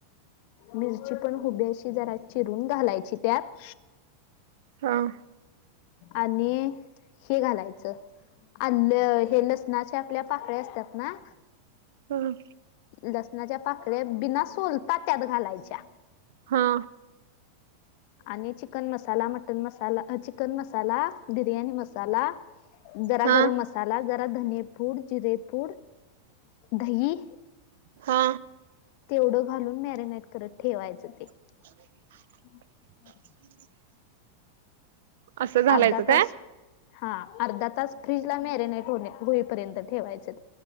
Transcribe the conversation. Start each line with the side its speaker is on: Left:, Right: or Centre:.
Left: मिरची पण हुबी अशी जरा चिरून घालायची त्यात
Right: हा
Left: आणि हे घालायचं आलं. हे लसणाच्या आपल्या, पाकळ्या असतात ना
Right: ह.
Left: लसणाच्या पाकळ्या, बिना सोलता त्यात घालायच्या.
Right: हा.
Left: आणि चिकन मसाला, मटन मसाला. अ चिकन मसाला, बिर्याणी मसाला जरा
Right: हा
Left: गरम मसाला, जरा धने पूड, जिरे पूड, दही
Right: हा.
Left: तेवढं घालून, मॅरिनेट करत ठेवायचं ते.
Right: <inaudible>
Left: <unintelligible>
Right: <unintelligible> असं घालायचं
Left: अर्धा तास
Right: काय
Left: हा. अर्धा तास फ्रीज ला मॅरिनाईट होणे- होईपर्यंत ठेवायच ते.